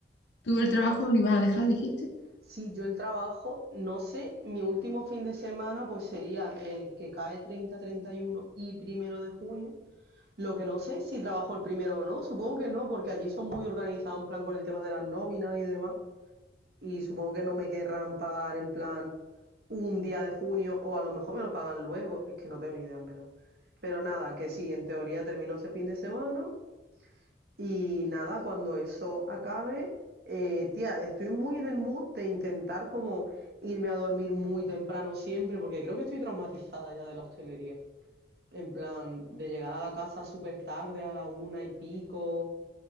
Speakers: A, on the left; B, on the right.
A: Tú el trabajo lo ibas a dejar, dijiste.
B: Sí, yo el trabajo, no sé, mi último fin de semana pues sería el que cae 30-31 y uno y primero de junio. Lo que no sé es si trabajó el primero o no, supongo que no, porque allí son muy organizados en plan con el tema de las nóminas y demás, y supongo que no me querrán pagar en plan un día de junio o a lo mejor me lo pagan luego, es que no tengo ni idea en verdad. Pero nada, que sí, en teoría termino ese fin de semana y nada, cuando eso acabe, eh, tía, estoy muy en el mood de intentar como irme a dormir muy temprano siempre, porque creo que estoy traumatizada ya de la hostelería. En plan, de llegar a la casa súper tarde, a la una y pico,